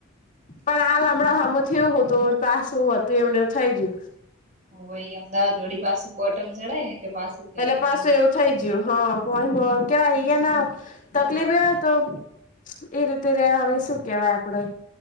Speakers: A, on the left; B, on the right.
A: પણ આ અમણાં હામુ થયું હુતું પાસું હતું એવું ને એવું થઈ ગયું
B: હોવે એ અમદાવાદ <unintelligible> બોટમ ચડાય ને એટલે પાછું કેતું
A: એટલે પાછું
B: ને
A: એવું થઇ જ્યું હ <unintelligible> તકલીફ એ હતો એ રીતે રે હવે શું કેવાય આપડે